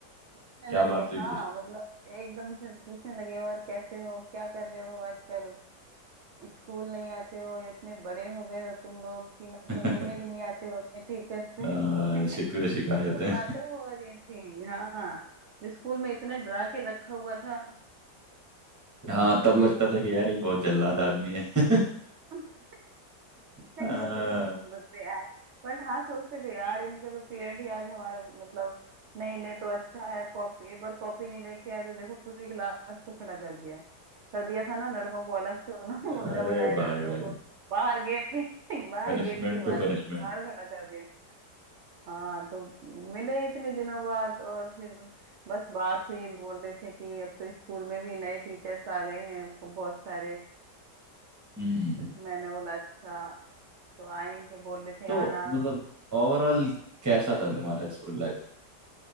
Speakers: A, on the right; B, on the right.
A: पूछने
B: क्या
A: लगे
B: बात हुई
A: हाँ
B: फिर
A: मतलब एकदम से पूछने लगे और कैसे हो क्या कर रहे हो आजकल स्कूल नहीं आते हो या इतने बड़े हो गए हो तुम लोग कि मतलब
B: <laughs>
A: मिलने भी नहीं आते हो अपने टीचर से
B: अ,
A: <laughs>
B: शिकवे शिकायतें
A: ये सब बातें हो रही थी हाँ स्कूल में इतना डरा के रखा हुआ था
B: हाँ तब लगता था कि यार ये बहुत जल्लाद आदमी है <laughs>
A: <laughs>
B: अ,
A: नहीं मुझे नहीं बताते यार बट हाँ सोचते थे यार इनके तो पीरियड ही आज हमारे मतलब नहीं ले तो अच्छा है कॉपी एक बार कॉपी नहीं लेके आए तो देखो पूरी क्लास को खड़ा कर दिया कर दिया था ना लड़कों को अलग से उन्होंने
B: अरे
A: <laughs> मुर्गा बनाया
B: भाई
A: लड़कियों
B: भाई
A: को बाहर गेट के <laughs> बाहर
B: पनिशमेंट
A: गेट के बाहर
B: पे पनिशमेंट
A: बाहर खड़ा कर दिया हाँ तो मिले इतने दिनों बाद और फिर बस बात हुई बोल रहे थे कि अब तो स्कूल में भी नए टीचर्स आ गए हैं बहुत सारे
B: हम्म
A: मैंने बोला अच्छा तो आएंगे बोल रहे थे
B: तो
A: आना
B: मतलब ओवरऑल कैसा था तुम्हारा स्कूल लाइफ